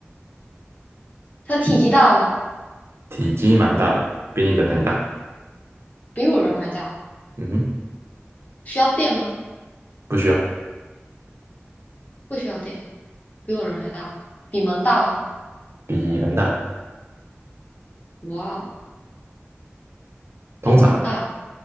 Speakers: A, on the left; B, on the right.
A: 它体积大吗？
B: 体积蛮大的，比你人还大。
A: 比我人还大。
B: 嗯哼，
A: 需要电吗？
B: 不需要，
A: 不需要电，比我人还大。比门大吗？
B: 比人大，
A: 哇哦，
B: 通常啊
A: 比门大，